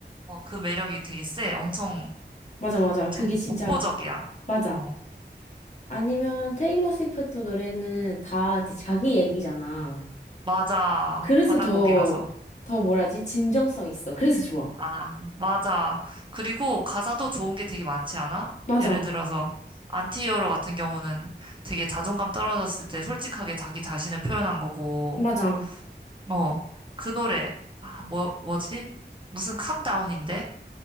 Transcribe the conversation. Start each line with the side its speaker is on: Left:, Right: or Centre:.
Right: 어, 그 매력이 되게 세. 엄청
Left: 맞아, 맞아. 그게
Right: 좀
Left: 진짜,
Right: 독보적이야.
Left: 맞아.
Right: 어,
Left: 아니면 테일러 스위프트 노래는 다 이제 자기 얘기잖아.
Right: 맞아.
Left: 그래서
Right: 자작곡이라서.
Left: 더, 더 뭐라지? 진정성 있어. 그래서 좋아.
Right: 아, 맞아. 그리고 가사도 좋은 게 되게 많지 않아?
Left: 맞아.
Right: 예를 들어서 안티히어로 같은 경우는 되게 자존감 떨어졌을 때 솔직하게 자기 자신을 표현한 거고,
Left: 맞아.
Right: 어, 그 노래, 아, 뭐, 뭐지? 무슨 캄다운인데?